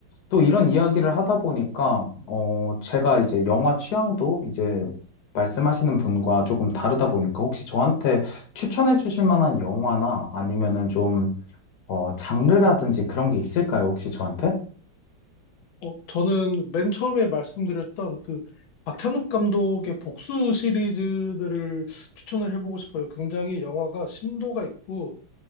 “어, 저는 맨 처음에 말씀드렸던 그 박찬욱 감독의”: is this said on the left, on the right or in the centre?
Left